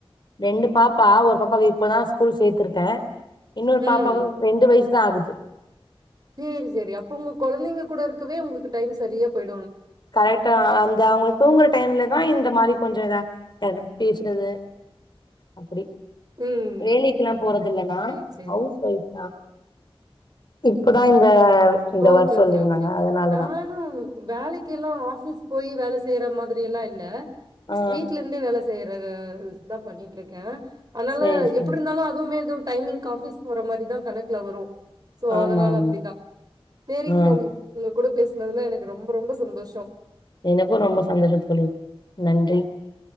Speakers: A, on the left; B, on the right.
A: ரெண்டு பாப்பா ஒரு பாப்பாவ இப்பதா ஸ்கூல் சேர்த்திருக்கே இன்னொரு
B: ம்.
A: பாப்பா ரெண்டு வயசு தா ஆகுது
B: சேரி சேரி அப்ப உங்க கொழந்தைங்க கூட இருக்கவே உங்களுக்கு டைம் சரியா போயி
A: கரெக்ட்டா அந்த அவங்க தூங்கற டைம்ல தா இந்த மாரி கொஞ்சு இதா <unintelligible> பேசுறது அப்பிடி
B: ம்.
A: வேலைக்கெல்லா போறது இல்லன்னா
B: சரி, சரி.
A: ஹவுஸ் வைஃப் தா இப்பதா இந்த இந்த
B: ஓக்கே
A: ஒர்க் சொல்லிருந்தாங்க
B: ஓக்கே ஓக்கே
A: அதனாலதா
B: நானு வேலைக்கு எல்லா எல்லா ஆபீஸ் போயி வேல செய்யற மாதிரி எல்லா இல்ல
A: ஆ
B: வீட்ல இருந்தே வேலை செய்யறது நா <unintelligible> பண்ணிட்டு இருக்கே அதனால
A: சேரி சேரி
B: எப்படி இருந்தாலு அதுவுமே இ டைமிங்கு ஆபீஸ் போற மாரி தா கணக்குல வரு சோ
A: ஆமா
B: அதனால
A: ஆமா
B: அப்படிதா சேரிங்க
A: ஆ
B: தோழி உங்க கூட பேசனதுல எனக்கு ரொம்ப ரொம்ப சந்தோஷோ
A: எனக்கு ரொம்ப சந்தோஷோ தோளி நன்றி